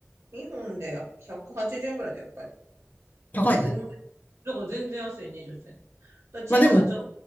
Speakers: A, on the right; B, on the left.
A: 二本で180円ぐらいだよ、やっぱり。
B: 高いね。
A: だから全然、だから全然安い20銭。だからチーズはちょっと
B: まあでも、